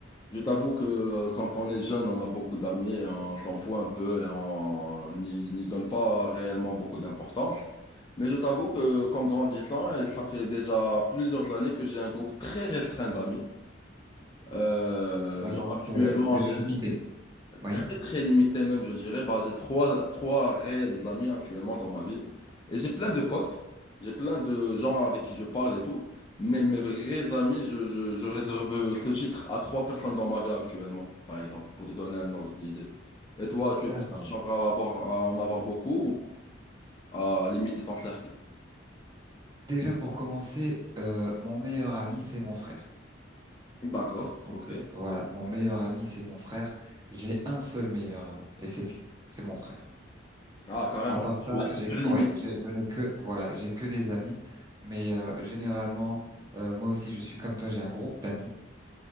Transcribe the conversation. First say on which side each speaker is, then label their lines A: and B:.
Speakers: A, on the left; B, on the right.
A: Je t'avoue que euh, quand on est jeune, on a beaucoup d'amis et on s'en fout un peu et on n'y n'y donne pas réellement beaucoup d'importance. Mais je t'avoue que qu'en grandissant, et ça fait déjà plusieurs années que j'ai un groupe très restreint d'amis. Euh,
B: D'accord,
A: genre
B: donc
A: actuellement,
B: euh, vous
A: j'ai
B: êtes limité. Oui.
A: Très très limité même, je dirais. Bah, j'ai trois, trois réels amis actuellement dans ma vie. Et j'ai plein de potes, j'ai plein de gens avec qui je parle et tout. Mais mes vrais amis, je, je, je réserve ce titre à trois personnes dans ma vie actuellement, par exemple, pour te donner un ordre d'idée. Et toi,
B: D'accord.
A: tu es plutôt genre à avoir, à en avoir beaucoup ou à limiter ton cercle?
B: Déjà pour commencer, euh, mon meilleur ami, c'est mon frère.
A: D'accord,
B: Donc
A: ok.
B: euh, voilà, mon meilleur ami, c'est mon frère. J'ai un seul meilleur ami, et c'est lui, c'est mon frère.
A: Ah, carrément,
B: À part ça,
A: tu es
B: j'ai,
A: super limité.
B: ouais, j'ai- je n'ai que, voilà, j'ai que des amis. Mais euh, généralement, euh, moi aussi, je suis comme toi, j'ai un groupe d'amis.